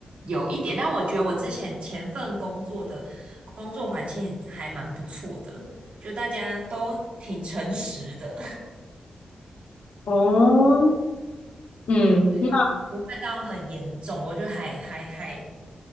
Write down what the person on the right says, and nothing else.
有一点，但我觉得我之前前份工作的工作环境还蛮不错的，就大家都挺诚实的，
<laughs> 对，
就不会到很严重。我就还还还，